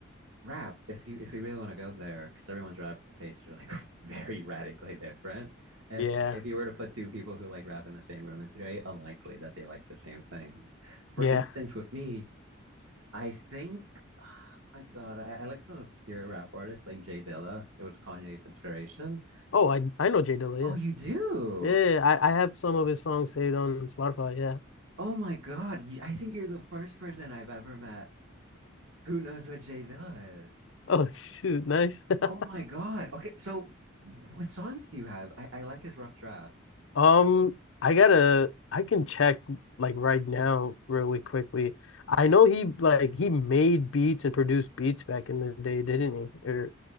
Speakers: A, on the right; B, on the left.
A: rap if you if you really want to go there because everyone's rap tastes are like <laughs> very radically different if
B: Yeah.
A: if you were to put two people who like rap in the same room it's very unlikely that they like the same things for
B: Yeah.
A: instance with me I think oh my God I, I like some obscure rap artists like Jay Dilla it was Kanye's inspiration
B: Oh, I I know Jay Dilla,
A: oh
B: yeah.
A: you do
B: Yeah, yeah, I, I have some of his songs saved on Spotify, yeah.
A: oh my God you- I think you're the first person I've ever met who knows what Jay Dilla is
B: <laughs> Oh, shoot, nice. <laughs>
A: oh my God okay so what songs do you have I, I like his rough draft
B: Um, I gotta I can check like right now really quickly. I know he like he made beats and produced beats back in the day, didn't he? Or